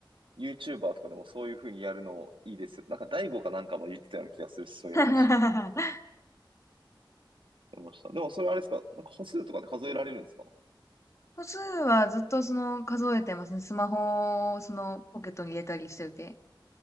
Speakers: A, on the right (about 85°); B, on the left (about 35°).
A: YouTuber とかでもそういう風にやるのいいですよ。なんか、大悟かなんかも言ってたような気がする、そういう話。
B: <laughs>
A: 出ました。でもそれあれですかなんか歩数とかで数えられるんですか
B: 歩数はずっとその数えてますね。スマホをそのポケットに入れたりしてて。